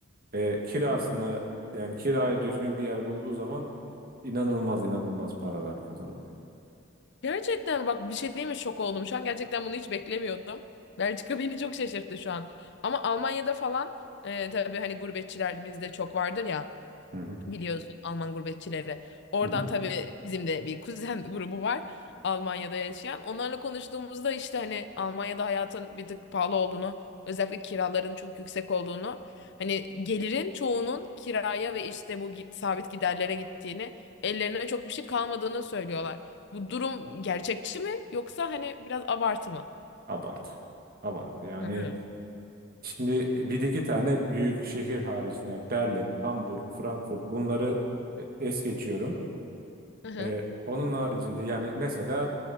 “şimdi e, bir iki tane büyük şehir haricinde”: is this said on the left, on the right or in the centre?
Right